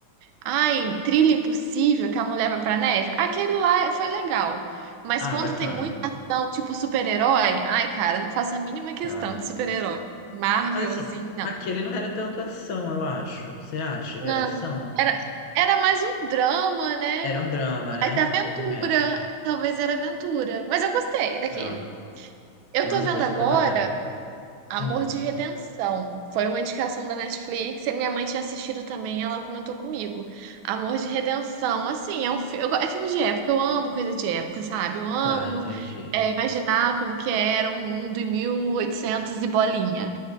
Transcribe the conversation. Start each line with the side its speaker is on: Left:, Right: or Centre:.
Right: Ai, Trilha Impossível, que a mulher vai pra neve. Aquele lá foi legal. Mas
Left: Ah,
Right: quando
Left: bacana.
Right: tem muita ação, tipo super-herói, ai, cara, não faço a mínima questão
Left: Tá.
Right: de super-herói. Marvel,
Left: Mas assim,
Right: assim, não.
Left: aquele não era tanto ação, eu acho. Você acha que
Right: Não.
Left: era ação?
Right: Era, era mais um drama, né?
Left: Era um drama, né?
Right: Mas aventura.
Left: Eu também acho.
Right: Talvez era aventura. Mas eu gostei daquele.
Left: Ah,
Right: Eu
Left: nossa,
Right: tô vendo
Left: foi super
Right: agora.
Left: bacana.
Right: Amor
Left: Hum,
Right: de Redenção. Foi uma indicação da Netflix e minha mãe tinha assistido também, ela comentou comigo. Amor de Redenção, assim, é um fi- eu go- é filme de época, eu amo coisa de época, sabe? Eu amo
Left: tá, entendi.
Right: é, imaginar como que era o mundo em 1800 e oitocentos e bolinha.